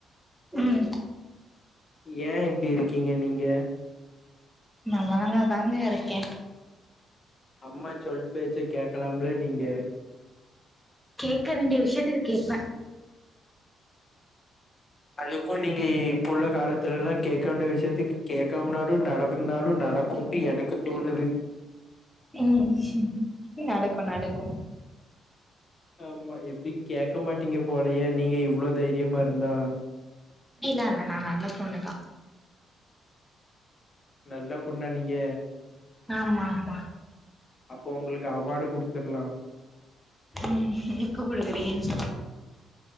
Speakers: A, in the centre; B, on the left.
A: ம்
B: ஏ இப்டி இருக்கீங்க நீங்க
A: நா வளங்காத் தாங்கா இருக்கே
B: அம்மா சொல் பேச்ச கேக்கலாம்ல நீங்க
A: கேக்க வேண்டிய விஷயத்துக்கு கேப்பே
B: அதுக்கும் நீங்க இப்ப உள்ள காலத்துல எல்லா கேக்க வேண்டிய விஷயத்துக்கு கே கேக்காமுனாலு நடக்குந்தாலு நடக் குன்டு எனக்கு தோணுது
A: ம் நடக்கு நடக்கு
B: ஆம்மா எப்டி கேக்க மாட்டீங்க போலயே நீங்க இவ்ளோ தைரியமா இருந்தா
A: அப்படிலா இல்ல நா நல்லா பொண்ணுதா
B: நல்ல பொண்ணா நீங்க
A: ஆமா ஆமா
B: அப்போ உங்களுக்கு அவார்டு குடுத்துர்லாம்
A: உம் எப்ப குடுக்குறீங்கன்னு சொல்லு